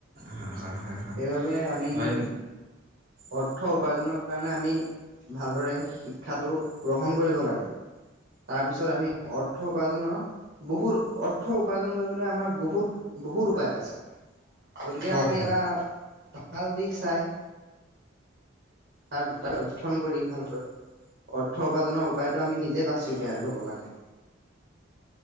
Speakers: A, on the right; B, on the right.
A: হয় হয় হয় হয়
B: সেইবাবে আমি
A: হয়
B: অৰ্থ উপাৰ্জনৰ কাৰণে আমি ভালদৰে শিক্ষাটো গ্ৰহণ কৰিব লাগে তাৰপিছত আমি অৰ্থ উপাৰ্জনৰ বহুত অৰ্থ উপাৰ্জন কৰিব ব বহুত উপায় আ গতিকে
A: হয়
B: আমি
A: হয়
B: এ ভাল দিশ চাই তাৰ তাক অধ্যয়ন কৰি ভালকৈ অৰ্থ উপাৰ্জনৰ উপায়তটো আমি নিজে বাচি উলিয়াই ল'ব লাগে